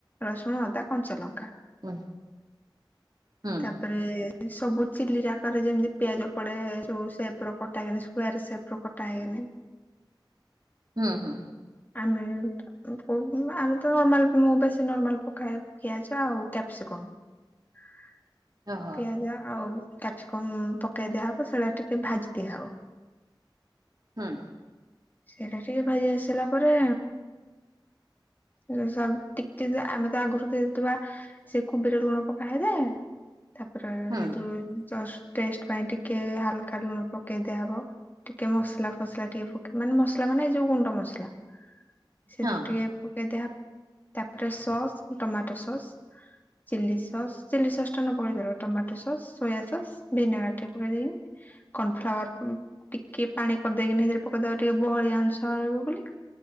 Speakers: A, on the left; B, on the right.
A: ରସୁଣ, ଅଦା, କଞ୍ଚା ଲ ଙ୍କା।
B: ହୁଁ ହୁଁ
A: ତାପରେ ସବୁ ଚିଲି ରେ ଆକାରରେ ଯେମିତି ପିଆଜ ପଡେ ଯୋଉ ସେପ୍ କଟା ଯେମିତି ସ୍କୋୟାର ସେପ୍ ଲୋ କଟା ହେଇନି।
B: ହୁଁ ହୁଁ।
A: ଆମେ ଠ କୋଉଥୁଲୁପା ଆମେ ତ ନର୍ମାଲ ମୁଁ ବେଶୀ ନର୍ମାଲ ପକାଏ ପିଆଜ ଆଉ କ୍ୟାପସିକମ୍। ହଁ।
B: ଓହୋ
A: ପିଆଜ ଆଉ କ୍ୟାପ୍ସି କମ ପକେଇ ଦିଆହବ, ସେଇଳା ଟିକେ ଭାଜି ଦିଆହବ।
B: ହଁ।
A: ସେଇଟା ଟିକେ ଭାଜି ଆସିଲା ପରେ ସ୍ୱାମ ଟିକେ ଆମେ ତ ଆଗରୁ ଦେଇଦୁଆ ସେ କୁବିରେ ଲୁଣ ପକାଏ ଦେ। ତାପରେ
B: ହୁଁ
A: ହେଇଥୁରୁ ଜଷ୍ଟ ଟେଷ୍ଟ ପାଇଁ ଟିକେ ହାଲକା ଲୁଣ ପକେଇ ଦିଆହବ। ଟିକେ ମସଲା ଫସଲା ଟିକେ ପକେ ମାନେ ମସଲା ମାନେ ଏଇ ଯୋଉ ଗୁଣ୍ଡ ମସଲା। ସେଦିରୁ
B: ହଁ
A: ଟିକେ ପକେଇଦିଆହାବ। ତାପରେ sauce tomato sauce chilli sauce, chilli sauce ଟା ନ ପକେଇ ପାରିବ tomato sauce, soya sauce vinegar ଟିକେ ପକେଇଦେଇକି କର୍ନଫ୍ଲାୱାର ଉନୁ ଟିକେ ପାଣି କଦେଇକିନା ହେଥିରେ ପକେଇଦବା ଟିକେ ବହଳିଆ ଅଂଶ ରହିବ ବୋଲି।